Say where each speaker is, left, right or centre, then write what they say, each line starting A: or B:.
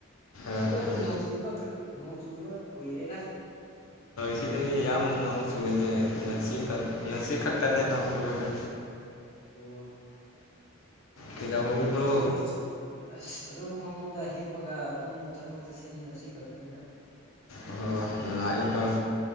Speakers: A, on the left; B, on the left.
A: ꯑꯥ
B: ꯀꯣꯏꯗꯤ ꯅꯣꯡꯆꯨꯗꯕ ꯅꯣꯡꯆꯨꯗꯕ ꯀꯣꯏꯔꯦꯗ
A: ꯁꯤꯗ ꯑꯩ ꯌꯥꯝ ꯅꯣꯡ ꯁꯨꯕꯅꯦ
B: ꯎꯝ
A: ꯁꯤ ꯉꯁꯤ ꯈꯛꯇꯅꯦ ꯅꯧ ꯌꯨꯕꯁꯦ
B: ꯑꯣ
A: ꯀꯩꯗꯧꯔꯤꯕ꯭ꯔꯣ
B: ꯑꯩꯈꯣꯏꯗꯤ ꯑ ꯑꯗꯨꯝ ꯐꯃꯨꯡꯗ ꯍꯤꯞꯄꯒ ꯑꯗꯨꯝ ꯆꯠꯊꯣꯛ ꯆꯠꯁꯤꯟ ꯑꯁꯤ ꯈꯛꯇꯅꯤꯗ
A: ꯑꯣ ꯂꯉꯍꯤꯀ